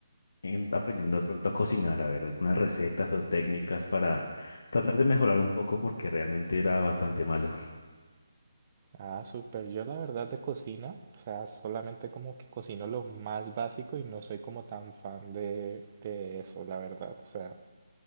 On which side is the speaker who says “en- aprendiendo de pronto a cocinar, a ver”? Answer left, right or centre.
Left